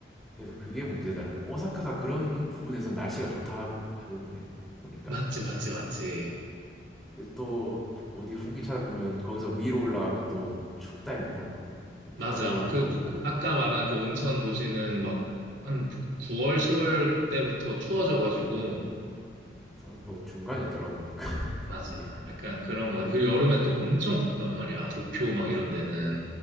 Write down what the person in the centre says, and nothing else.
그래서 그게 문제더라. 오사카가 그런 부분에서 날씨가 좋다고 하던데 보니까.
근데 또 어디 후기 찾아보면 거기서 위로 올라가면 또 춥다 했나? 또
밑으로 내려가면
덥고
그래서 뭐 중간이 없더라고 보니까 <laughs>
이게